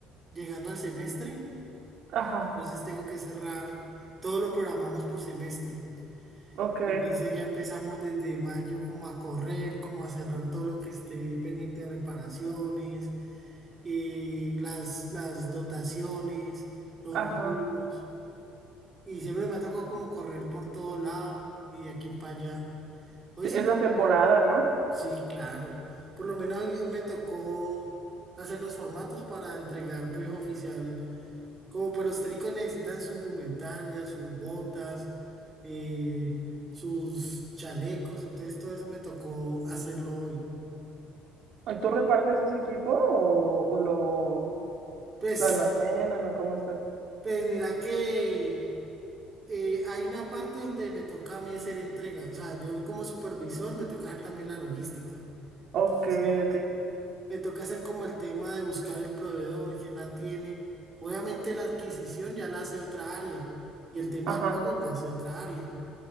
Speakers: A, on the right; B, on the right.
A: llegando al semestre,
B: Ajá,
A: entonces tengo que cerrar, todo lo programamos por semestre.
B: ok,
A: Entonces ya empezamos desde mayo como a correr, como a cerrar todo lo que esté pendiente de reparaciones eh, las, las dotaciones, los
B: ajá.
A: insumos. Y siempre me ha tocado como correr por todo lado y de aquí para allá. Hoy
B: Es
A: sí, por-
B: la temporada,
A: no,
B: ¿no?
A: sí, claro. Por lo menos hoy, hoy me tocó hacer los formatos para entregar, pues, oficial. Como pues los técnicos necesitan su indumentaria, sus botas, eh, sus chalecos, entonces todo eso me tocó hacerlo hoy.
B: ¿Y tú repartes ese equipo o, o lo,
A: Pues,
B: Lo almacenan o cómo estás.
A: pues mira que eh, hay una parte donde me toca a mí hacer entrega, o sea, yo como supervisor me toca hacer también la logística.
B: Ok,
A: Entonces,
B: ok.
A: me toca hacer como el tema de buscar el proveedor, quién la tiene. Obviamente la adquisición ya la hace otra área y el tema
B: Ajá.
A: del pago la hace otra área.